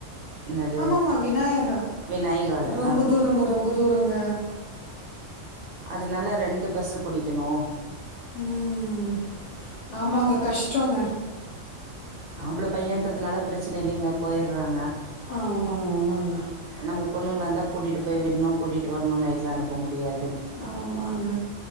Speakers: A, on the right; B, on the left.
A: என்னது
B: ஆமாமா விநாயகா
A: விநாயகால
B: ரொம்ப
A: ஆ
B: தூரங்க ரொம்ப தூரங்க
A: அதுனால ரெண்டு பஸ்சு பிடிக்கணு
B: ம் ஆமாங்க கஷ்டோங்க
A: ஆம்பள பையன்றதுனால பிரச்சனயில்லைங்க போயிர்றாங்க
B: ஆமாங்க ஆமாங்க
A: நம்ம பொண்ணுங்களாருந்தா கூட்டிட்டு போய் விட்ணும் கூட்டிட் ட்டு வரணும் நைட்ல அனுப்ப முடியாது
B: ஆமாங்க